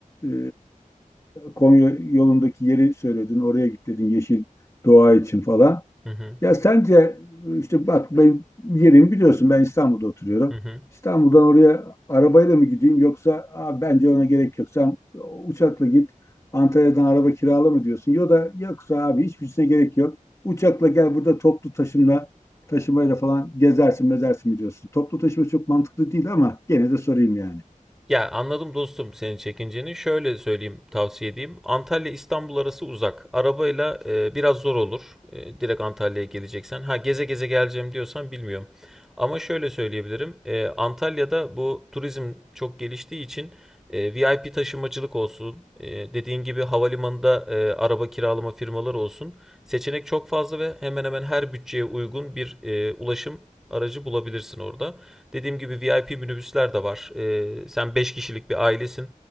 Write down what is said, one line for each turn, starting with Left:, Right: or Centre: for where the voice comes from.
Left: e, Konya yolundaki yeri söyledin. Oraya git dedin yeşil doğa için falan.
Centre: hı
Left: Ya sence işte bak benim yerimi biliyorsun ben İstanbul'da oturuyorum.
Centre: hı. hı.
Left: İstanbul'dan oraya arabayla mı gideyim yoksa "Aa, bence ona gerek yok. Sen uçakla git Antalya'dan araba kirala mı diyorsun? Ya da yoksa abi hiçbirisine gerek yok. Uçakla gel burada toplu taşımla taşımayla falan gezersin mezersin mi diyorsun? Toplu taşıma çok mantıklı değil ama gene de sorayım yani.
Centre: Ya anladım dostum senin çekinceni. Şöyle söyleyeyim, tavsiye edeyim. Antalya İstanbul arası uzak. Arabayla e, biraz zor olur. E, direkt Antalya'ya geleceksen. Ha geze geze geleceğim diyorsan bilmiyorum. Ama şöyle söyleyebilirim. E, Antalya'da bu turizm çok geliştiği için e, VIP taşımacılık olsun, e, dediğin gibi havalimanında e, araba kiralama firmaları olsun. Seçenek çok fazla ve hemen hemen her bütçeye uygun bir e, ulaşım aracı bulabilirsin orada. Dediğim gibi VIP minibüsler de var. E, sen 5 kişilik bir ailesin.